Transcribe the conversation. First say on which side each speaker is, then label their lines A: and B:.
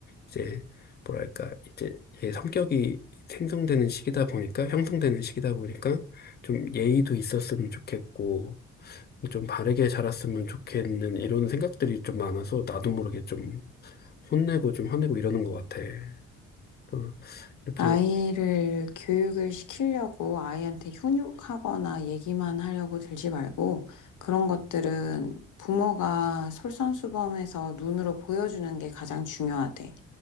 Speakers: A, on the left; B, on the left.
A: 이제 뭐랄까, 이제 얘 성격이 생성되는 시기다 보니까, 형성되는 시기다 보니까, 좀 예의도 있었으면 좋겠고, 좀 바르게 자랐으면 좋겠는 이런 생각들이 좀 많아서 나도 모르게 좀 혼내고 좀 화내고 이러는 것 같아. 또 이렇게
B: 아이를 교육을 시키려고 아이한테 훈육하거나 얘기만 하려고 들지 말고 그런 것들은 부모가 솔선수범해서 눈으로 보여주는 게 가장 중요하대.